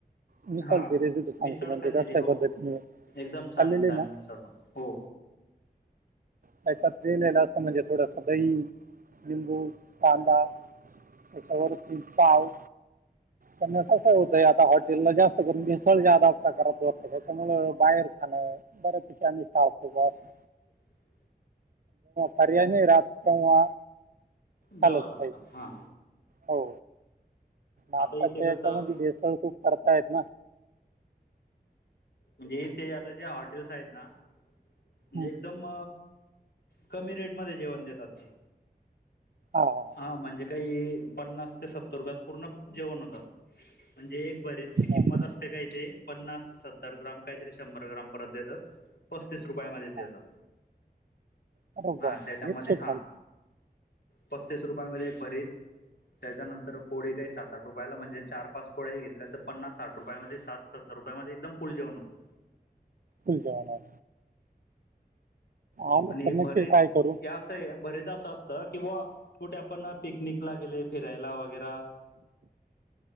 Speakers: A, on the right; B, on the left.
A: मिसळची
B: हा
A: रेसिपी सांगतो
B: मिसळ
A: म्हणजे
B: खाल्लेली
A: कसल्या
B: हो
A: पद्धतीने
B: एकदम छान
A: खाल्लेली
B: आहे छान
A: ना
B: आहे मिसळ पण. हो.
A: त्याच्यात दिलेला असत म्हणजे थोडस दही. निंबू कांदा त्याच्यावर ति पाव. कसं होतंय आता हॉ. त्या जास्त करून भेसळ ज आधप करात होत त्याच्यामुळ बाहेर खाणं. बर्यापैकी आम्ही टाळतो बा असं.
B: <inaudible>
A: पर्याय नाही राहत तेव्हा. चाानच
B: जावं लागतं
A: पाहिे
B: हां
A: हो. आताच्या
B: आता इथे कसं
A: याच्यामध्ये भेसळ खूप करतायेत ना.
B: म्हणजे इथे आता ज्या हॉटेल्स आहेत ना म्हणजे
A: हं.
B: एकदम. कमी रेटमध्ये जेवण देतात ते.
A: ह ह.
B: हा म्हणजे काही पन्नास ते सत्तर रुपयात पूर्ण जेवण होतं. म्हणजे एक भरीचची किंमत
A: हा,
B: असते काय ते पन्नास सत्तर ग्राम काहीतरी शंभर ग्रामपर्यंतेत. पस्तीस रुपया मध्ये देता
A: हा बरोबर
B: हा त्याच्यामध्ये
A: येते
B: हा.
A: खाल
B: पस्तीस रुपयामध्ये एक भरीत त्याच्यानंतर पोळी काही सात आठ रुपयाला म्हणजे. चार पाच पोळ्या घेतल्या तर पन्नास साठ रुपया मध्ये सत्तर रुपयामध्ये एकदम फुल जेवण होते.
A: तुल जावाणार. आलं
B: आणि
A: तर नक्की
B: भरत
A: ट्राय करू
B: या. भरीत असं असत कि बा कुठे आपण पिकनिकला गेले फिरायला वगैर.